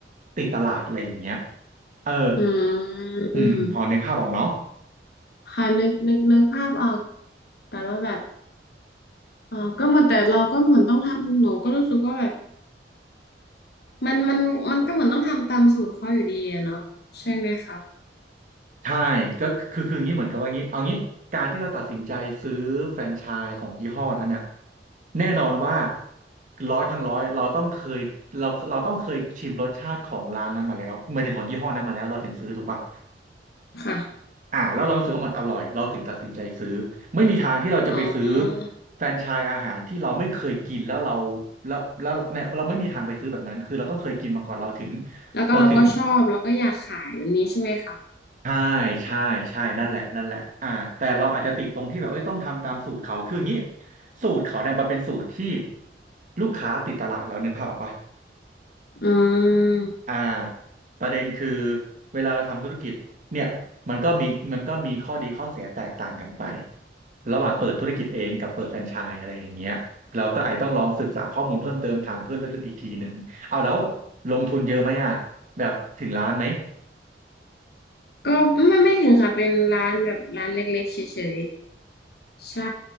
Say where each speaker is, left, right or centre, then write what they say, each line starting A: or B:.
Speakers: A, on the right (about 45°); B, on the left (about 60°).
A: ติดตลาดอะไรอย่างเงี้ยเออ
B: อืมอืม
A: อืมพอนึกภาพออกเนาะ
B: ค่ะนึกนึกนึกภาพออกแต่ว่าแบบ เออก็เหมือนแต่เราก็เหมือนต้องทำหนูก็รู้สึกว่าแบบมันมันมันก็เหมือนต้องทำตามสูตรเขาอยู่ดีอะเนาะใช่ไหมคะ
A: ใช่ก็คือคืออย่างนี้เหมือนกับว่างี้เอางี้การที่เราตัดสินใจซื้อแฟรนไชส์ของยี่ห้อนั้นเนี่ยแน่นอนว่าร้อยครั้งร้อยเราต้องเคยเราเราต้องเคยชิมรสชาติของร้านนั้นมาแล้วหมายถึงของยี่ห้อนั้นมาแล้วเราถึงซื้อถูกป่ะ
B: ค่ะ
A: อ่าแล้วเรารู้สึกว่ามันอร่อยเราถึงตัดสินใจซื้อไม่มีทางที่เราจะไปซื้อ
B: อ๋อ
A: แฟรนไชส์อาหารที่เราไม่เคยกินแล้วเราแล้วแล้วเนี่ยเราไม่มีทางไปซื้อแบบนั้นคือเราต้องเคยกินมาก่อนเราถึง
B: แล้วก็เราก็ชอบแล้วก็อยากขายแบบนี้ใช่ไหมคะ
A: เราถึง ใช่ใช่ใช่นั่นแหละนั่นแหละอ่าแต่เราอาจจะติดตรงที่แบบเอ้ยต้องทำตามสูตรเขาคืออย่างนี้สูตรเขาเนี่ยมันเป็นสูตรที่ลูกค้าติดตลาดแล้วนึกภาพออกปะ
B: อืม
A: อ่าประเด็นคือเวลาเราทำธุรกิจเนี่ยมันก็มีมันก็มีข้อดีข้อเสียแตกต่างกันไประหว่างเปิดธุรกิจเองกับเปิดแฟรนไชส์อะไรอย่างเงี้ยเราก็อาจต้องลองศึกษาข้อมูลเพิ่มเติมถามเพื่อนลึกๆอีกทีนึงเอาแล้วลงทุนเยอะไหมอ่ะแบบถึงล้านไหม
B: ก็ไม่ไม่ถึงค่ะเป็นร้านแบบร้านเล็กๆเฉย ใช่